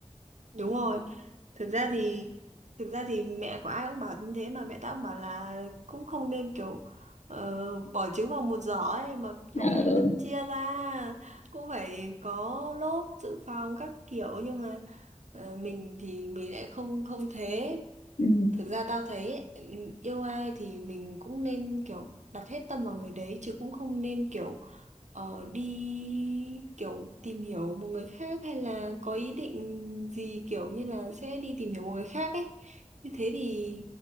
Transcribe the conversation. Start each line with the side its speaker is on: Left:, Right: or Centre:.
Right: Đúng rồi. Thực ra thì thực ra thì mẹ của ai cũng bảo như thế mà mẹ tao cũng bảo là cũng không nên kiểu ờ, bỏ trứng vào một giỏ ấy mà
Left: <laughs>
Right: kiểu phải
Left: ừ.
Right: phân chia ra cũng phải có lốp dự phòng các kiểu nhưng mà ờ, mình thì mình lại không không thế
Left: ừ.
Right: Thực ra tao thấy ấy, yêu ai thì mình cũng nên kiểu đặt hết tâm vào người đấy chứ cũng không nên kiểu ờ, đi kiểu tìm hiểu một người khác hay là có ý định gì kiểu như là sẽ đi tìm hiểu một người khác ấy. Như thế thì